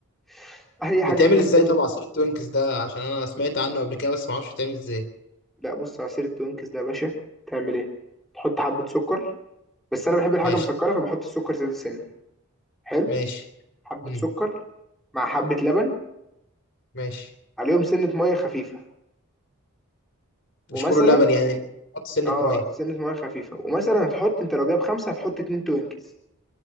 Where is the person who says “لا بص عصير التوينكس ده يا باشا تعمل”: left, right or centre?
Centre